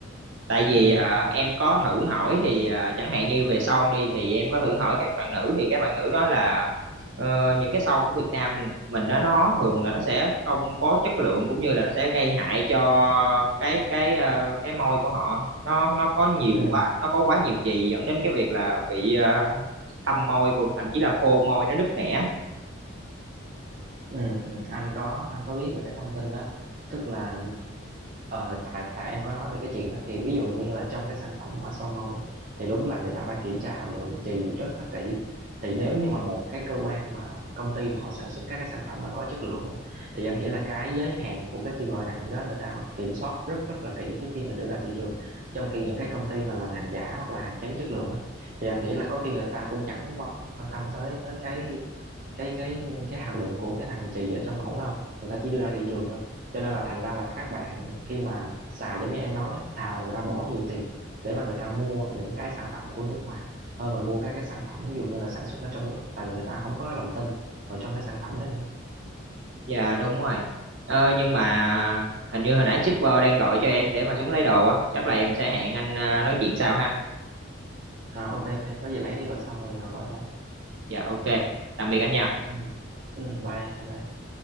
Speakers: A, on the right; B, on the right.
A: tại vì
B: ừ
A: à,
B: ừ
A: em có thử hỏi thì à, chẳng hạn như về son đi thì em có thử hỏi các bạn nữ thì các bạn nữ đó là ờ, những cái son của Việt Nam mình đó nó thường là nó sẽ không có chất lượng cũng như là nó sẽ gây hại cho cái cái ờ, cái môi của họ nó nó có nhiều
B: ừ
A: quá nó có quá nhiều chì dẫn đến cái việc là bị ờ, thâm môi cũng thậm chí là khô môi nó nứt nẻ
B: ừ, ừ. anh có anh có biết về cái thông tin đó tức là ờ, tại tại em có nói về cái chuyện đó thì ví dụ như là trong cái sản phẩm mà son môi thì đúng là người ta phải kiểm tra hàm lượng chì rất là kỹ thì nếu như mà một cái cơ quan mà công ty mà họ sản xuất các cái sản phẩm mà có chất lượng á, thì anh nghĩ là cái giới hạn của cái kim loại nặng đó người ta kiểm soát rất rất là kỹ trước khi mà đưa ra thị trường trong khi những cái công ty mà làm hàng giả hoặc là hàng kém chất lượng á, thì anh nghĩ là có khi người ta cũng chẳng quan tâm tới tới cái cái cái cái hàm lượng của cái thằng chì ở trong mẫu đâu người ta chỉ đưa ra thị trường thôi cho nên là thành ra là các bạn khi mà xài giống như em nói á thà là người ta bỏ nhiều tiền để mà người ta mua những cái sản phẩm của nước ngoài hơn là mua các cái sản phẩm ví dụ như là sản xuất ở trong nước tại vì người ta không có lòng tin ở trong cái sản phẩm đó nữa
A: dạ đúng rồi ờ, nhưng mà hình như hồi nãy shipper đang gọi cho em để mà xuống lấy đồ á chắc là em sẽ hẹn anh ờ, nói chuyện sau ha
B: à, ok ok có gì lấy đi rồi xong rồi nào gọi cho anh
A: Dạ ok. Tạm biệt anh nha.
B: ừ. ừ, bye em bye